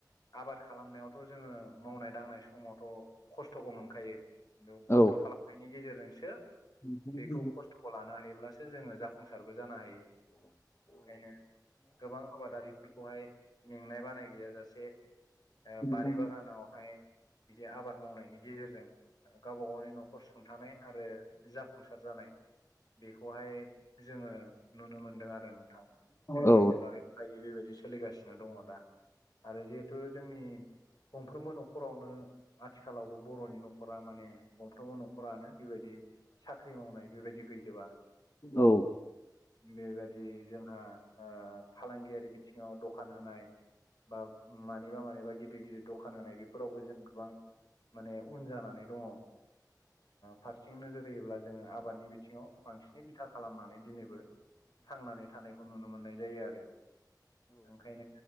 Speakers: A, on the left; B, on the left.
A: आबाद खालामनायावथ' जोङो मावनाय दांनाय समावथ' खस्थ'खौ मोनखायो। बेयाव खस्थ'
B: औ
A: खालामनायनि गेजेरजोंसो।
B: औ नंगौ
A: बेखौ खस्थ'खौ लानो हायोब्लासो जोङो जाफुंसारबो जानो हायो। ओंखायनो गोबां आबादारिफोरखौहाय मेंनाय बानाय। गैयाजासे ओ बारि
B: नंगौ
A: बागानावहाय। बिदि आबाद मावनायनि गेजेरजों गावबा गावनि न'खर सुंथानाय आरो जाफुंसार जानाय। बेखौहाय। जोङो नुनो मोनदों आरो नोंथां जोंनि
B: औ
A: ओनसोलाव बे थायो बेबायदि। सोलिगासिनो दङ दा आरो जिहेथु जोंनि। गंफ्रोमबो न'खरावनो आथिखालावबो बर'नि न'खरा माने गंफ्रोमबो न'खरानो। बेबायदि साख्रि मावनाय बेबायदि गैजोबा।
B: औ।
A: बेबायाददि जोंहा ओ फालांगियारि बिथिङाव दखान होनाय बा। मानिबा मानिबा गिदिर गिदिर दखान होनाय बेफोरावबो जों गोबां। माने उन जानानै दङ ओ फारसें नोजोर होयोब्ला जोङो आबादनि बिथिं। बिथिङाव बांसिनै बिथा खालामनानै दिनैबो थांनानै थानायखौ नुनो मोननाय जायो आरो। ओंखायनो